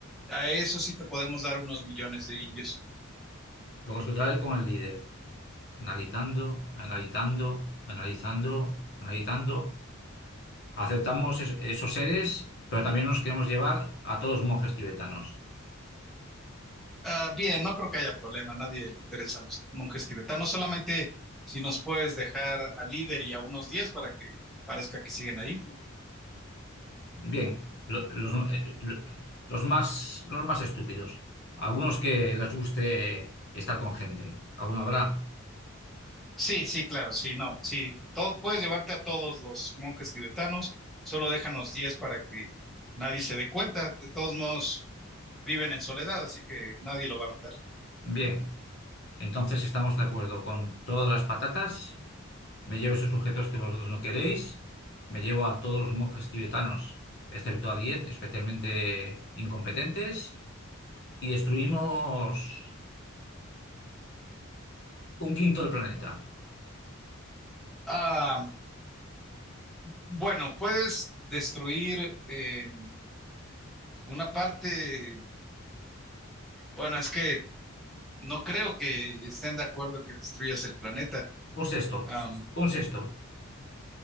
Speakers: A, in the centre; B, on the left.
A: a eso sí te podemos dar unos millones de indios.
B: Lo contrario con el líder. analizando, analizando, analizando, analizando. Aceptamos es- esos seres, pero también nos queremos llevar a todos monjes tibetanos.
A: Ah, bien, no creo que haya problema, a nadie le interesan los monjes tibetanos, solamente si nos puedes dejar al líder y a unos 10 para que parezca que siguen ahí.
B: Bien, lo- los, eh, lo- los más, los más estúpidos. Algunos que les guste estar con gente. Alguno habrá.
A: Sí, sí, claro, sí, no, sí, todo, puedes llevarte a todos los monjes tibetanos, solo déjanos 10 para que nadie se dé cuenta, de todos modos viven en soledad, así que nadie lo va a notar.
B: Bien, entonces estamos de acuerdo con todas las patatas. Me llevo esos sujetos que vosotros no queréis. Me llevo a todos los monjes tibetanos, excepto a 10, especialmente incompetentes y destruimos un quinto del planeta,
A: Ah, bueno, puedes destruir eh, una parte, bueno, es que no creo que estén de acuerdo en que destruyas el planeta.
B: un sexto,
A: Am,
B: un sexto.